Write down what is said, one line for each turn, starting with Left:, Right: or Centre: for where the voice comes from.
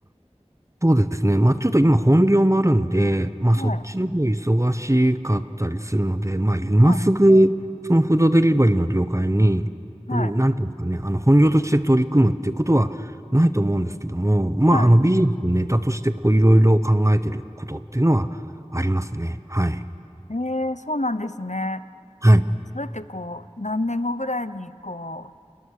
Right: そうですね。まあちょっと今本業もあるんで、まあそっちの方忙しかったりするので、
Left: はい、
Right: まあ今すぐ
Left: はい、
Right: そのフードデリバリーの業界に、
Left: はい、
Right: うんなんていうんですかね、あの本業として取り組むっていうことはないと思うんですけども、まああのビジネスのネタとしてこういろいろ考えてることっていうのはありますね。
Left: は
Right: はい。
Left: い。ええー、そうなんですね。
Right: はい。
Left: それってこう、何年後ぐらいにこ